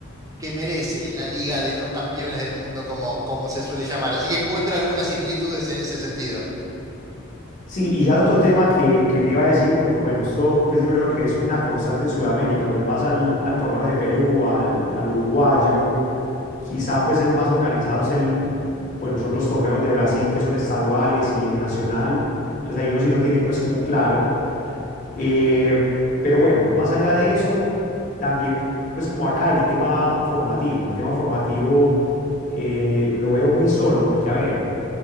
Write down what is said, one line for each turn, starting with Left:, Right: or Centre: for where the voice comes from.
Right: que merece la Liga de los Campeones del Mundo, como, como se suele llamar. Así que encuentro algunas similitudes en ese sentido.
Left: Sí, y ya el otro tema que, que te iba a decir, porque bueno, esto pues yo creo que es una constante en Sudamérica, pues vas al, al torneo de Perú, al, al uruguayo, Quizá pues el más organizado es el, bueno, son los torneos de Brasil que son estaduales y el nacional. Entonces ahí uno sí lo tiene pues como claro. Eh, pero bueno, más allá de eso, también pues como acá el tema formativo, el tema formativo eh, lo veo muy solo porque a ver,